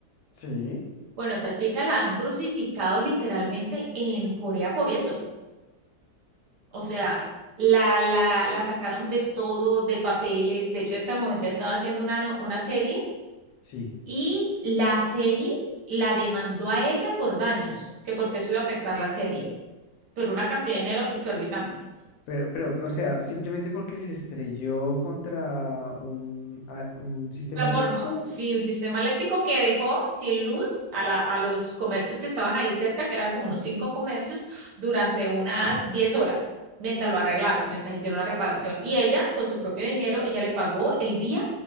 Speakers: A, on the left (about 80°); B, on the right (about 65°).
A: Sí.
B: Bueno, esa chica la han crucificado literalmente en Corea por eso. O sea,
A: s-
B: la, la, la sacaron de todo, de papeles. De hecho, en ese momento ella estaba haciendo una, no- una serie
A: Sí.
B: y la serie la demandó a ella por daños, que porque eso iba a afectar la serie, pero una cantidad de dinero exorbitante.
A: Pero, pero, o sea, simplemente porque se estrelló contra un, a- un sistema
B: Transforma,
A: eléctrico.
B: sí, un sistema eléctrico que dejó sin luz a, la- a los comercios que estaban ahí cerca, que era como unos cinco comercios, durante unas
A: <clears throat>
B: 10 horas, mientras lo arreglaron, mientras hicieron la reparación. Y ella, con su propio dinero, ella le pagó el día